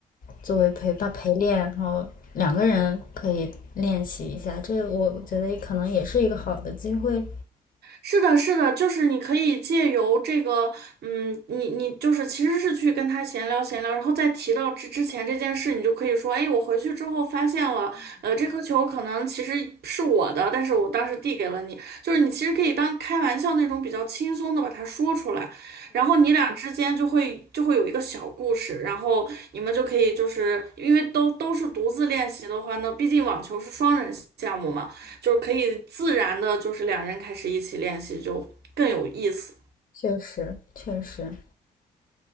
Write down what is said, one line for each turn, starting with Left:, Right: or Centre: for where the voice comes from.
Left: 作为陪伴陪练，然后两个人可以练习一下。这我觉得可能也是一个好的机会，
Right: 是的，是的，就是你可以借由这个，嗯，你你就是其实是去跟他闲聊闲聊，然后再提到之之前这件事，你就可以说，哎，我回去之后发现了，呃，这颗球可能其实是我的，但是我当时递给了你，就是你其实可以当开玩笑那种比较轻松的把它说出来，然后你俩之间就会就会有一个小故事，然后你们就可以就是因为都都是独自练习的话呢，毕竟网球是双人项目嘛。就是可以自然的，就是两人开始一起练习就更有意思。
Left: 确实确实。